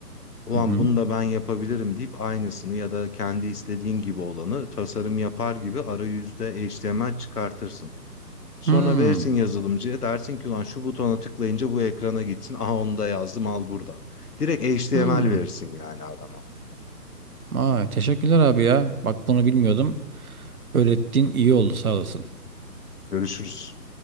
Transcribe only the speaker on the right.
Hı hı.
Hı,
hı.
Ay, teşekkürler abi ya. Bak bunu bilmiyordum. Öğrettiğin iyi oldu sağ olasın.